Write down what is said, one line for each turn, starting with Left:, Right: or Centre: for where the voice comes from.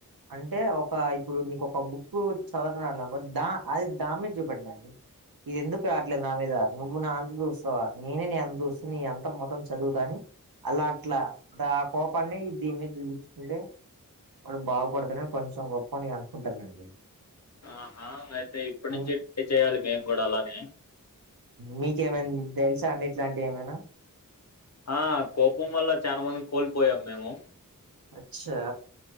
Right: అంటే ఒక ఇప్పుడు నీకు ఒక బుక్ చదవరాట్లేదనుకో దా అది దానిమీద చూపేట్టాలండి ఇది ఎందుకు రావట్లేదు నా మీద నువ్వు నా అంత చూస్తావా నేనే నీ అంత చూస్తు నీ అంత మొత్తం చదువుతాని అలా అట్లా ఆ కోపాన్ని దిన్ మెద్ చూపించు అంటే వాడు బాగుపడతానని కొంచెం గొప్పని అనుకుంటానండి
Left: ఆహా అయితే ఇప్పటి
Right: ఉమ్,
Left: నుంచి ట్రై చేయాలి మేము కూడా అలానె
Right: మీకేమైనా తెలుసా అండి ఇట్లాంటివి ఏమైనా
Left: ఆ కోపం వల్ల చాలా మంది కోల్పోయాం మేము
Right: అచ్చా